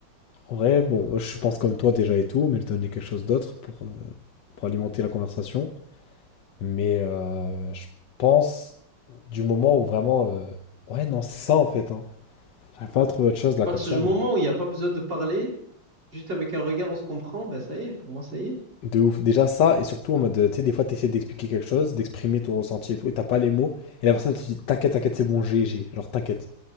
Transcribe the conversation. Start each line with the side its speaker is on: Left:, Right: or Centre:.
Left: en vrai, bon, je pense comme toi déjà et tout, mais je donnais quelque chose d'autre pour, euh, pour alimenter la conversation. Mais euh, je pense du moment où vraiment. euh, Ouais, non, c'est ça en fait. Hein. J'arrive pas à trouver autre chose là
Right: Parce
Left: comme ça.
Right: que du moment où il n'y a pas besoin de parler, juste avec un regard, on se comprend, ben ça y est, pour moi, ça y est.
Left: De ouf. Déjà ça, et surtout en mode, tu sais, des fois, t'essaies d'expliquer quelque chose, d'exprimer ton ressenti et tout, et t'as pas les mots, et la personne te dit, t'inquiète, t'inquiète, c'est bon, j'ai, j'ai. Genre, t'inquiète,